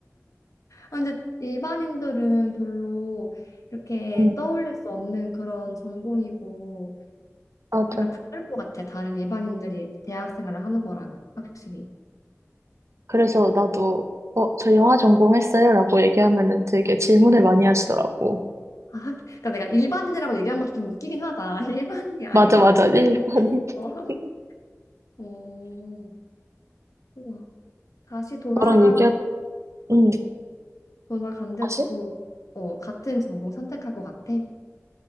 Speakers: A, on the left; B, on the right.
A: 아, 근데 일반인들은 별로 이렇게
B: 응,
A: 떠올릴 수 없는 그런 전공이고
B: 맞아.
A: 약간 다를 것 같아. 다른 일반인들이 대학 생활을 하는 거랑은 확실히.
B: 그래서 나도 어, 저 영화 전공했어요. 라고 얘기하면은 되게 질문을 많이 하시더라고.
A: 아, 학- 그러니까 내가 일반인이라고 얘기한 것도 좀 웃기긴 하다. <laughs> 일반인이 아닌
B: 맞아,
A: 건
B: 맞아.
A: 아니고.
B: 일반이.
A: <laughs>
B: <laughs>
A: 어, 우와. 다시 돌아
B: 너랑 얘기하, 응,
A: 돌아간데도
B: 다시?
A: 그 어, 같은 전공 선택할 것 같아.